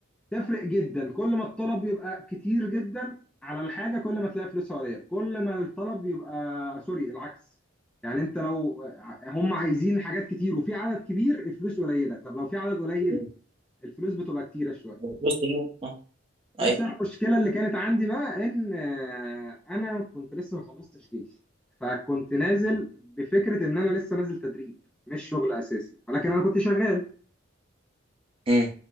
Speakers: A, in the centre; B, on the right.
A: فتفرق جدا كل ما الطلب يبقى كتير جدا على الحاجه كل ما تلاقي فلوسها قليل كل ما الطلب يبقى سوري العكس يعني انت لو هم عايزين حاجات كتير وفي عدد كبير الفلوس قليله طب لو في عدد قليل
B: مم.
A: الفلوس بتبقى كتيره شويه
B: البوست دي آه،
A: بس
B: ايوه
A: انا المشكله اللي كانت عندي بقى ان آه، انا كنت لسه ما خلصتش جيش فكنت نازل بفكره ان انا لسه نازل تدريب مش شغل اساسي ولكن انا كنت شغال
B: مم.